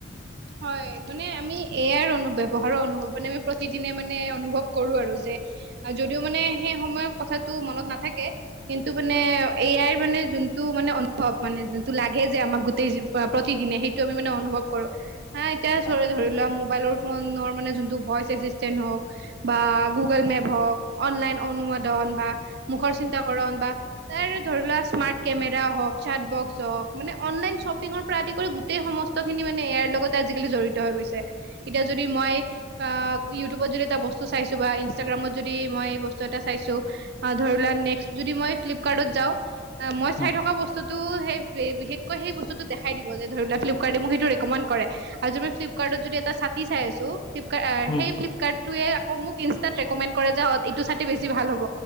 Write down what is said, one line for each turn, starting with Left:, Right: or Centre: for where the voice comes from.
Right: হয় মানে আমি এয়াৰ অনুভৱহাৰৰ অনুভৱ মানে আমি প্ৰতিদিনে মানে অনুভৱ কৰো আৰু যে যদিও মানে সেই সময় কথাটো মনত নাথাকে। কিন্তু মানে এয়াই মানে যোনটো মানে অনুভৱ মানে যোনটো লাগে যে আমাক তেজ
Left: হয়
Right: প্ৰতিদিনে সেইটো আমি মানে অনুভৱ কৰো। হা এতিয়া
Left: হয়
Right: চৰে ধৰি লোৱা মোবাইলৰ ফোনৰ মানে যোনটো ভইচ আছে। তেটন হক, বা গোগল মেপ হক, অনলাইন অনোমাদন বা, মোখৰ চিন্তাকৰন বা ত ধৰি লোৱা স্মাৰ্ট কেমেৰা হওক চট বক্স হওক মানে অনলাইন শ্বপিঙৰ পৰা আদি কৰি গোটেই সমস্তখিনি মানে এ য়াৰ লগত জডিত হৈ গৈছে এতিয়া যদি মই আ ইউটিউবত যদি এটা বস্তু চাইছো বা ইনাগ্ৰামত যদি মই বত এটা চাইছো, আ ধৰি লোৱা নে যদি মই ফ্লিপকাৰটত যাওঁ, মই চাই
Left: উম
Right: থকা বস্তুতটো বিশেষকৈ স খাই দিব যে ধৰি ল ফ্লপকাৰ্ট মোকেইটো ৰেকমেণ্ড কৰে আৰু যদি ফ্লিপকাৰ্টত যদি এটা চাতি চাই আছো। ফলপ
Left: উম
Right: সেই ফ্লিপকাৰ্টোৱে আক মোক ইনষ্টাত ৰেকমেণ্ড কৰে যে আ এইটোতে বেছি ভাল হ'ব।